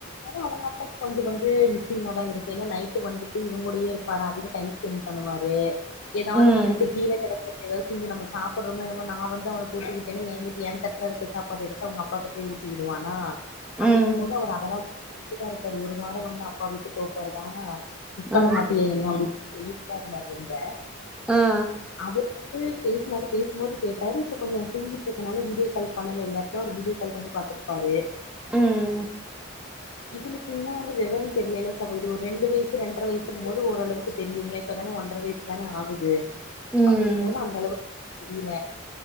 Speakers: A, on the left; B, in the centre.
A: ஆனா அவுங்க அப்பா கொஞ்சம் வந்து மிஸ்ஸிங்க தா இருக்கு ஏனா நைட் வந்துட்டு இவுங்கூடைய இருப்பாற அதிக டைம் ஸ்பெண்ட் பண்ணுவாரு ஏதாவது
B: ம்
A: வந்துட்டு கீழ கெடச் ஏதாவது திங்க நம்ம சாப்பட்றமே என்னாமோ நா வந்து அவனுக் ஊட்டிவிட்டேன்னு எங்கிட் என் தட்டுல இருக்கு சாப்பாட்டு எடுத்து அவுங்க அப்பா தட் ஊட்டி விடுவானா
B: ம்
A: அப்டிங்கும்போது
B: ம்
A: அவர் அதெல்லா வந்து சொல்லிட்டு தா இருக்காரு ஒரு வாரம் வந்து அப்பா விட்டு போபோறடா மிஸ் பண்ண
B: ஆ
A: மாட்டியா என்ன அப்டின் சொல்லிட்டு தா இருந்தாரு ரூம்ல
B: ஆ
A: அவர் வந்து பேசுனாரு பேசும்போது கேட்டாரு இப்போ கொஞ்சம் தூங்கிட்டு இருக்கனால வீடியோ கால் பண்ணல இல்லாட்னா ஒரு வீடியோ கால் பண்ணி பாத்துருப்பாரு
B: ம்
A: இவனுக்கு இன்னு வந்து விவரம் தெரியலல்ல சகோதரி ஒரு ரெண்டு வயசு இரண்டரை வயசுங்கும் போது ஓரளவுக்கு தெரியுங்களே இப்ப தானா ஒன்ற வயசு அதானே ஆகுது
B: ம்
A: அப்படிங்கும்போது
B: ம்
A: அந்தளவுக் தெரியில